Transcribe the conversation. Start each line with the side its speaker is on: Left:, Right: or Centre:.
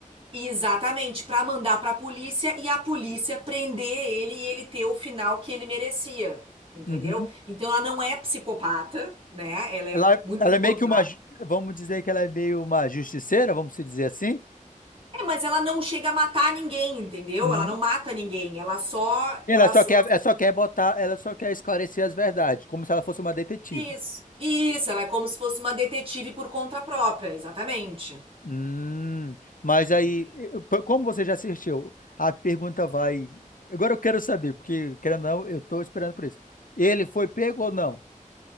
Right: Exatamente, para mandar para a polícia e a polícia prender ele e ele ter o final que ele merecia, entendeu?
Left: Uhum.
Right: Então ela não é psicopata, né? Ela é
Left: Ela,
Right: muito
Left: ela
Right: pelo
Left: é
Right: contrário.
Left: meio que uma. ju- Vamos dizer que ela é meio uma justiceira, vamos se dizer assim.
Right: É, mas ela não chega a matar ninguém, entendeu?
Left: Uhum.
Right: Ela não mata ninguém, ela só,
Left: Ela
Right: ela,
Left: só quer,
Right: ela
Left: ela só quer botar, ela só quer esclarecer as verdades, como se ela fosse uma detetive.
Right: isso. Isso, ela é como se fosse uma detetive por conta própria, exatamente.
Left: Hum, mas
Right: Entendeu?
Left: aí, eu- p- como você já assistiu, a pergunta vai. Agora eu quero saber, porque, querendo ou não, eu tô esperando por isso. Ele foi pego ou não?